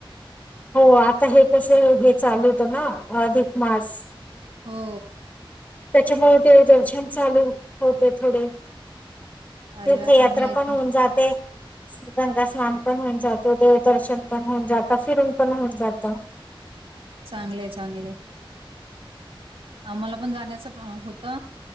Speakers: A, on the left; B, on the right.
A: हो आता हे कसं हे चालू होत ना अधिक मास
B: हो
A: त्याच्यामुळे ते दर्शन चालू होते थोडे
B: अरे
A: तीर्थयात्रा
B: वा चांगलं आहे
A: पण
B: की
A: होऊन जाते गंगा स्नान पण होऊन जातो देवदर्शन पण होऊन जात फिरून पण होऊन जात
B: चांगले चांगले आम्हाला पण जाण्याच होत